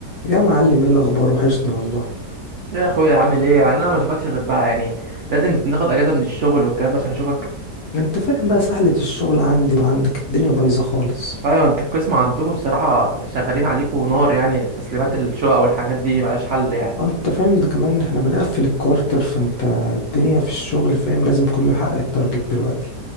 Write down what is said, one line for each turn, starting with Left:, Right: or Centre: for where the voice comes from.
Left: يا معلم ايه الاخبار وحشني والله
Right: يا اخويا عامل ايه يعني انا ما اشوفكش غير بقى يعني لازم ناخد اجازه من الشغل والكلام ده عشان اشوفك
Left: انت فاهم بقى سهلة الشغل عندي وعندك الدنيا بايظة خالص
Right: ايوه انت القسم عندكم بصراحه شغالين عليكم نار يعني تسليمات الشقق والحاجات دي ملهاش حل يعني
Left: انت فاهم ده كمان احنا بنقفل الكوارتر فانت الدنيا في الشغل فاهم لازم كله يحقق التارجت دلوقتي